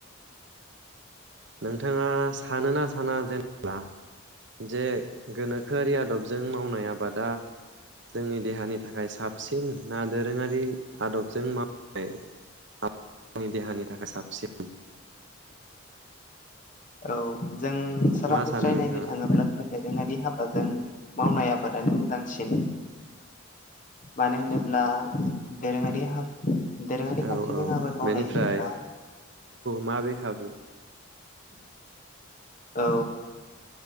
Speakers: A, on the right; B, on the left.
A: नोंथाङा सानो ना साना जेने बा जे गोनोख खोआरि आदबजों मावनाय आब बादा जोंनि देहानि थाखाय साब सिन ना दोरोङारि आदबजों मावनाय आ आंनि देहानि थाखाय साबसि <inaudible>
B: औ जों सरासनस्रायै
A: मा सानो नोंथाङा
B: नायनो थाङोब्लाथ' दोरोङारि हाब बाजों मावनाय आबादानो मोजांसिन मानो होनोब्ला दोरोङारि हब दोरोङारि
A: औ
B: खान्थिजों
A: औ
B: आबाद मावनाय
A: बेनिफ्राय
B: होनोब्ला
A: मा बेखाबु?
B: औ।